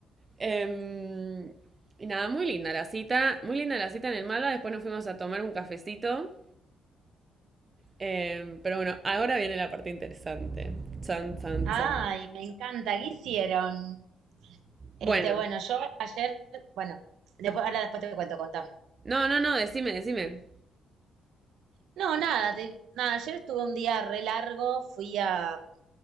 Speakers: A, on the right; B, on the right.
A: Em, y nada, muy linda la cita, muy linda la cita en el Malva. Después nos fuimos a tomar un cafecito eh, pero bueno, ahora viene la parte interesante. Chan, chan,
B: Ay,
A: chan.
B: me encanta, ¿qué hicieron? Este,
A: Bueno,
B: bueno, yo ayer, bueno, después, ahora después te cuento, contame.
A: no, no, no, decime, decime.
B: No, nada, te- nada, ayer estuve un día re largo, fui a,